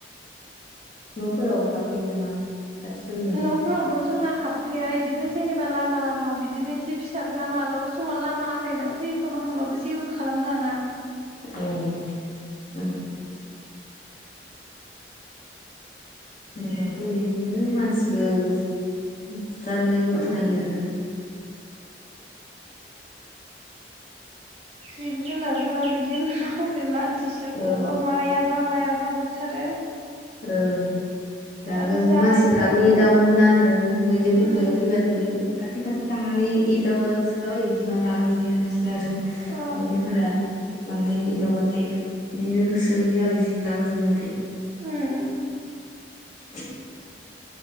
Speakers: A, on the left; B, on the right.
A: न'फोराव हाबफैयो नामा? खाथिफोरनियाव
B: न'फोरावथ' जोंना हाबफैया इदि- जेनेबा लामा लामा बिदिनो एसे फिसाफ्रा मालाबा समाव लामा आन्दायना फैयो खोमा हबाबो जेबो खालाम थामलाङा।
A: औ नङानो मानसिद फुथान्दैबो
B: उम
A: खोनायो आरो।
B: जिब-जुनारफोरा बिदिनो माखासे मानसि सोरखौबा
A: ओं
B: मायाब- माबा मायाबा बुथारो
A: ओं दागो
B: आरो जानायफोराबो
A: मानसिफोराबो एदावोन आरो मैदेरफोरफोरखौ
B: उम
A: फैबाथाय खाथि खाथि थांनानै एदावला होसोलाबायो इदिबा रागा जोङोना इसोरो आरो
B: औ
A: मैदेरफोरा। बांद्राय एदावबाथाय बिदिनो होसोयो आरो रागा गोजांबाथाय
B: उम
A: <inaudible>